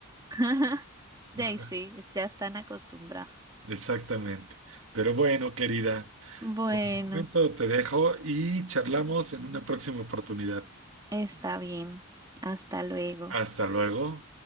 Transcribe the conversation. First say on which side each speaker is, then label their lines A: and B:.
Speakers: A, on the right (about 15°); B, on the right (about 70°).
A: <laughs> De
B: <laughs>
A: ahí sí, ya están acostumbrados.
B: Exactamente. Pero bueno, querida,
A: Bueno,
B: de momento te dejo y charlamos en una próxima oportunidad.
A: está bien. Hasta luego.
B: Hasta luego.